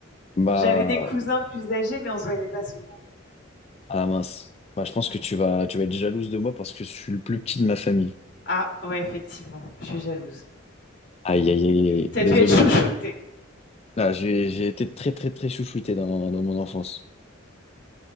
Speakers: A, on the left; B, on the left.
A: bah
B: J'avais des cousins plus âgés, mais on se voyait pas souvent. donc,
A: ah mince. Bah, je pense
B: euh, ouais.
A: que tu vas tu vas être jalouse de moi parce que je suis le plus petit de ma famille.
B: Ah ouais, effectivement, je suis jalouse.
A: Aïe aïe aïe, aïe.
B: T'as
A: Désolé
B: dû être chouchoutée.
A: hein. Ah, j'ai j'ai été très très très chouchouté dans, dans mon enfance.